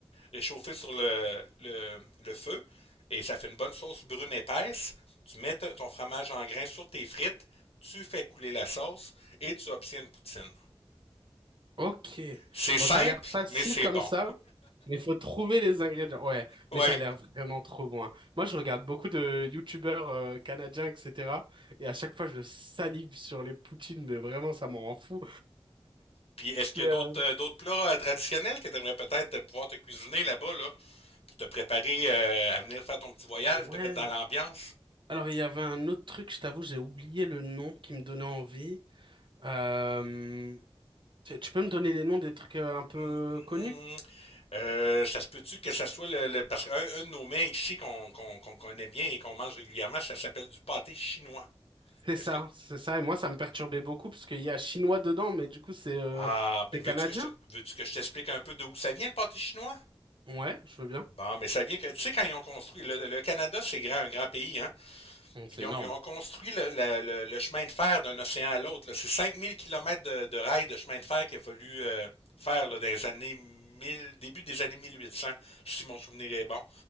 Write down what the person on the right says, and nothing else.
Ok.
Bon,
ça a l'air facile
comme
ça, mais il faut trouver les ingrédients. Ouais,
mais ça a l'air vraiment trop bon. hein. Moi, je regarde beaucoup de youtubeurs euh, canadiens, etc. Et à chaque fois, je salive sur les poutines, mais vraiment, ça m'en rend fou.
Mais
euh,
ouais.
Alors, il y avait un autre truc, je t'avoue, j'ai oublié le nom qui me donnait envie. Euh, tu tu peux me donner les noms des trucs euh, un peu
connus?
C'est
ça,
c'est ça. Et moi, ça me perturbait beaucoup parce qu'il y a chinois dedans, mais du coup, c'est euh,
c'est
canadien.
Ouais, je veux bien.
Bon,
C'est
énorme.